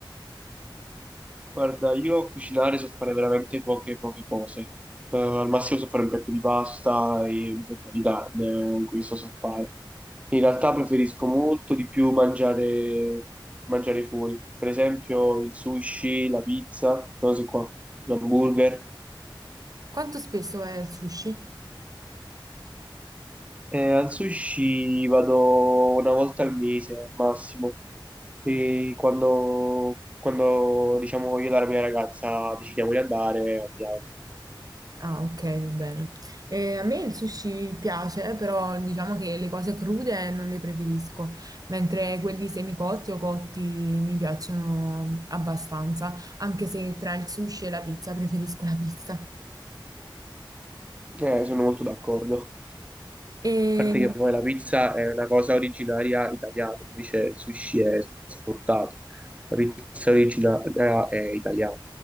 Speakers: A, on the right; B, on the right.
A: Guarda, io a cucinare so fare veramente poche, poche cose. Eh, al massimo so fare un petto di pasta e una fetta di carne, eh, questo so fare. In realtà preferisco molto di più mangiare, mangiare fuori. Per esempio il sushi, la pizza, cose qua, l'hamburger.
B: Quanto spesso vai al sushi?
A: Eh, al sushi vado una volta al mese al massimo, e quando, quando diciamo io e la mia ragazza decidiamo di andare, andiamo.
B: Ah, ok, va bene. Eh, a me il sushi piace, però diciamo che le cose crude non le preferisco, mentre quelli semicotti o cotti mi piacciono abbastanza, anche se tra il sushi e la pizza preferisco la pizza.
A: Eh, sono molto d'accordo.
B: E
A: A parte che poi la pizza è una cosa originaria italiana, invece il sushi è esportato. La pizza originaria è italiana,